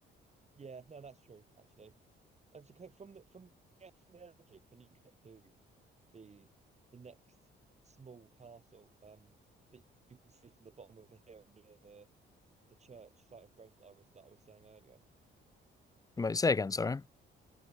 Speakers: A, on the right; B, on the left.
A: Yeah, no, that's true actually. And to click from the from the, from the energy, can you get to the the next small castle um that you can see from the bottom of the hill near the the church site of grace that I was that I was saying earlier?
B: Might say again, sorry.